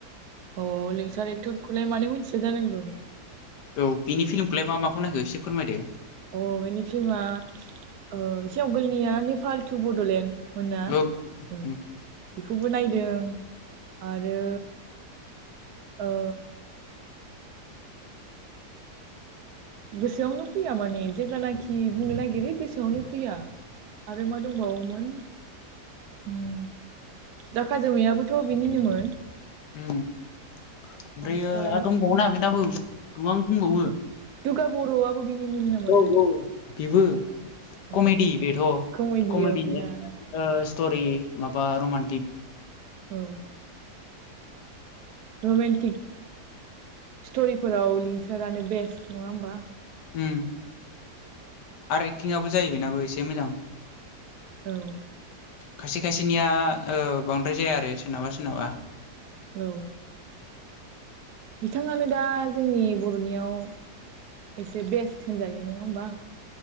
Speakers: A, on the right; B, on the left.
A: अ लिंसार एक्टरखौलाय मानो मिथिया जानांगौ?
B: औ बिनि फिल्मखौलाय मा माखौ नायखो एसे फोरमायदो।
A: अ बेनि फिल्मा ओ एसे आवगायनिया नेपाल टु बड'लेण्ड। मोना
B: औ
A: ओ
B: उम
A: बेखौबो नायदों आरो ओ गोसोआवनो फैया माने जेब्लानाखि बुंनो नागिरो गोसोआवनो फैया। आरो मा दंबावोमोन उम दाखा जोमैयाबोथ' बिनिनोमोन।
B: उम ओमफ्रायो
A: ओमफ्राय
B: आरो दंबावोन बेनाबो गोबां दंबावो।
A: दुगा बर'आबो बिनिमोन नामाथाय।
B: औ औ बेबो
A: औ
B: कमेडि बेथ'
A: कमेडियाव
B: कमेडि
A: बेहा
B: ओ स टरि माबा रमान्टिक।
A: औ। रमेन्टिक स्ट'रिफोराव लिंसारानो बेस्ट नङा होमबा?
B: उम। आरो एक्टिंआबो जायो बेनाबो एसे मोजां।
A: औ।
B: खायसे खायसेनिया ओ बांद्राय जाया आरो सोरनाबा सोरनाबा।
A: औ। बिथाङानो दा जोंनि बर'नियाव एसे बेस्ट होनजायो। नङा होमबा?